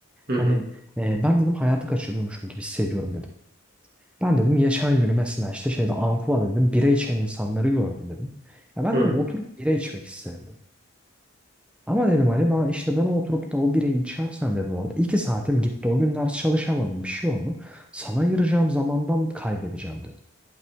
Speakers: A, on the right (about 45°); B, in the centre.
A: Hı hı.
B: Hani e, ben dedim hayatı kaçırıyormuşum gibi hissediyorum dedim. Ben dedim geçen günü mesela işte şeyde Ankuva'da dedim bira içen insanları gördüm dedim. Ya ben
A: Hı
B: dedim
A: hı.
B: oturup bira içmek istedim. Ama dedim hani ben işte ben oturup da o bireyi içersem dedim orada iki saatim gitti. O gün ders çalışamadım. Bir şey oldu. Sana ayıracağım zamandan kaybedeceğim dedim.